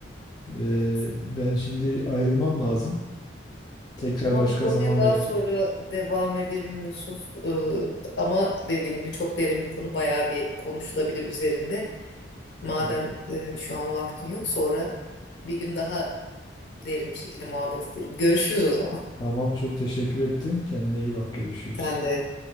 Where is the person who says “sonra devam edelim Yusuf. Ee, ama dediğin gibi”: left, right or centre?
Left